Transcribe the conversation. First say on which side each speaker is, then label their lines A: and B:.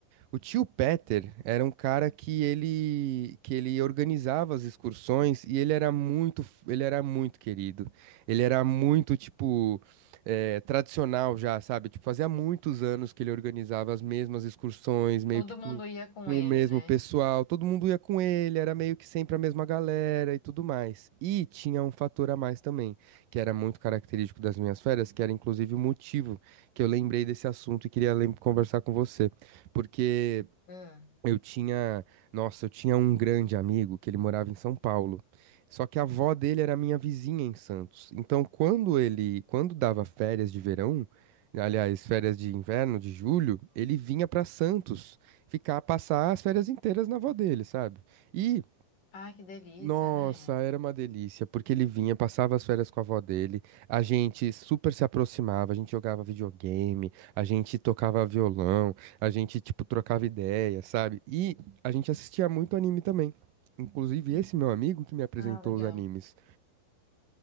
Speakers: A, on the right; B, on the left.
A: O tio Peter era um cara que ele que ele organizava as excursões e ele era muito ele era muito querido. Ele era muito tipo eh, tradicional já, sabe? Tipo, fazia muitos anos que ele organizava as mesmas excursões, meio
B: Todo
A: que com,
B: mundo ia com
A: com
B: ele,
A: o mesmo
B: né?
A: pessoal. Todo mundo ia com ele, era meio que sempre a mesma galera e tudo mais. E tinha um fator a mais também, que era muito característico das minhas férias, que era inclusive o motivo que eu lembrei desse assunto e queria lem- conversar com você porque
B: Ah,
A: eu tinha, nossa, eu tinha um grande amigo que ele morava em São Paulo. Só que a avó dele era minha vizinha em Santos. Então, quando ele, quando dava férias de verão, aliás, férias de inverno de julho, ele vinha para Santos ficar passar as férias inteiras na avó dele, sabe? E
B: Ai, que delícia,
A: nossa,
B: né?
A: era uma delícia, porque ele vinha, passava as férias com a avó dele, a gente super se aproximava, a gente jogava videogame, a gente tocava violão, a gente, tipo, trocava ideia, sabe? E a gente assistia muito anime também. Inclusive, esse meu amigo que me apresentou
B: Ah, legal.
A: os animes.